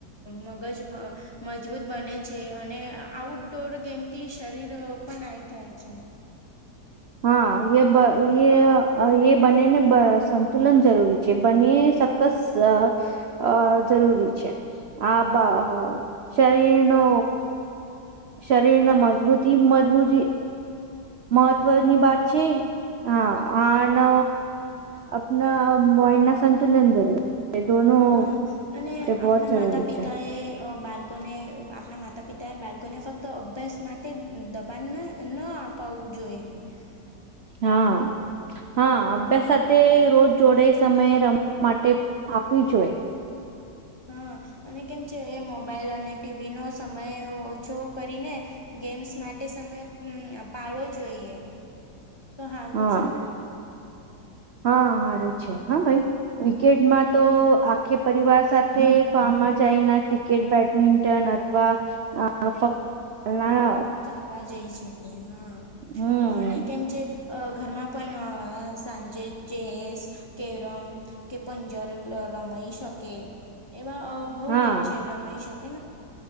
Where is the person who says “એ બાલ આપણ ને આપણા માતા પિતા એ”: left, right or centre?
Left